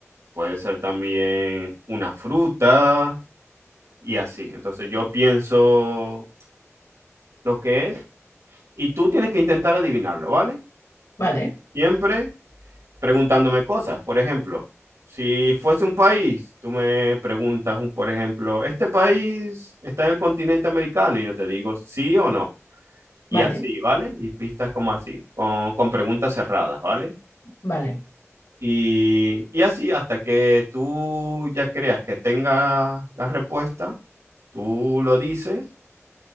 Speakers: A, on the right (about 70°); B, on the left (about 80°).
A: puede ser también una fruta y así. Entonces yo pienso lo que es y tú tienes que intentar adivinarlo, ¿vale?
B: vale,
A: Siempre preguntándome cosas. Por ejemplo, si fuese un país, tú me preguntas, un- por ejemplo, ¿este país está en el continente americano? Y yo te digo sí o no. Y
B: vale,
A: así, ¿vale? Y pistas como así, con, con preguntas cerradas, ¿vale?
B: vale,
A: Y, y así, hasta que tú ya creas que tenga la respuesta, tú lo dices